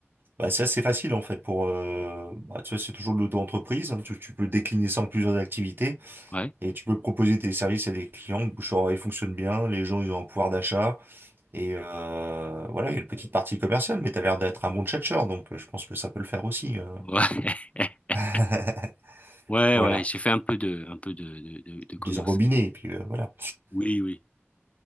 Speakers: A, on the right; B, on the left.
A: Bah, c'est assez facile en fait pour euh, bah, tu vois c'est toujours de l'auto-entreprise hein, tu, tu peux décliner ça en plusieurs activités
B: Ouais.
A: et tu peux proposer tes services à des clients le bouche à oreille fonctionne bien les gens ils ont un pouvoir d'achat et euh, voilà il y a une petite partie commerciale mais t'as l'air d'être un bon tchatcheur donc euh, je pense que ça peut le faire aussi euh.
B: Ouais. <laughs>
A: <laughs>
B: Ouais,
A: voilà
B: ouais, j'ai fait un peu de, un peu de, de, de- de commerce.
A: désembobiné et puis euh, voilà
B: Oui, oui.